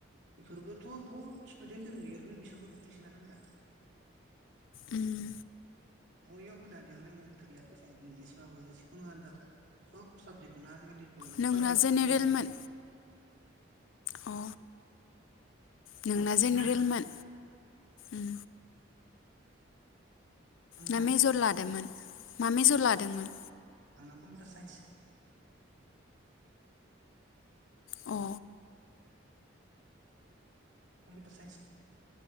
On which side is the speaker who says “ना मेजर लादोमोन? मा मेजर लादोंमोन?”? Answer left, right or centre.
Left